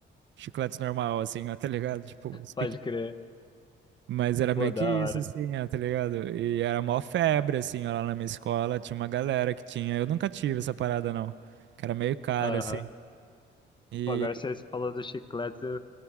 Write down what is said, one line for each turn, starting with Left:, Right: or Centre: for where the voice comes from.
Right: chiclete normal, assim, ó, tá ligado? Tipo, os
Left: pode crer.
Right: Mas era meio
Left: Pô, da
Right: que isso,
Left: hora.
Right: assim, ó, tá ligado? E era mó febre, assim, ó, lá na minha escola. Tinha uma galera que tinha. Eu nunca tive essa parada, não. Que era meio cara,
Left: Aham.
Right: assim. E
Left: Pô, agora você falou do chiclete,